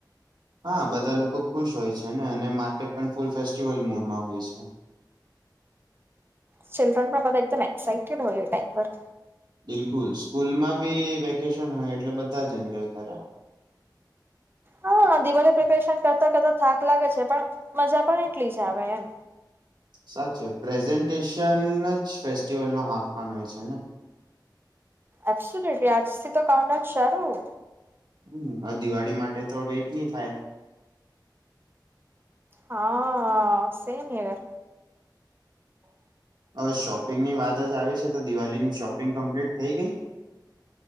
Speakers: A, on the right; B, on the right.
A: હા બધા લોકો ખુશ હોય છે ને અને માર્કેટ પણ ફૂલ ફેસ્ટિવલ મૂડ માં હોય છે
B: ચિલ્ડ્રન પણ બધા એકદમ એક્સાાઈટેડ હોય એ ટાઈમ પર
A: બિલકુલ સ્કૂલમાં બી વેકેશન હોય એટલે બધા જ એન્જોય કર્યા
B: હા દિવાળી પ્રિપેરેશન કરતા કરતા થાક લાગે છે પણ મજા પણ એટલી જ આવે એમ
A: સાચે પ્રેઝન્ટેશન જ ફેસ્ટિવલ નો હાફ ફન હોય છે ને
B: આપશું નેટ આજ થી તો કાઉડાઉ સારું
A: હમ હ દિવાળી માટે થોડ વેટ નહી થાય
B: હા સેમ હીયર
A: અ શોપિંગ ની વાત જ આવી છે તો દિવાળીની શોપિંગ કમ્પ્લીટ થઈ ગઈ